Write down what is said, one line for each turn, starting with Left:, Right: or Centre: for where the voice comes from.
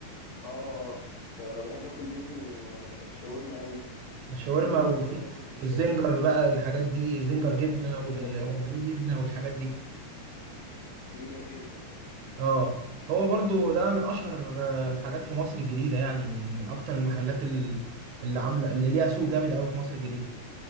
Left: اه ده انا بحب اكل منه آه، الشاورما قوي
Right: ده الشاورما
Left: مع انه مش
Right: وفي
Left: متخصص في الشاورما
Right: والزنجر بقى الحاجات دي زنجر
Left: زنجر
Right: جبنة
Left: زنجر
Right: وال- والبانيه
Left: آه،
Right: جبنة والحاجات دي
Left: زنجر جبنة
Right: اه هو برضه ده من اشهر آه، الحاجات في مصر الجديدة يعني من من اكتر المحلات ال- اللي عاملة اللي ليها سوق جامد قوي في مصر الجديدة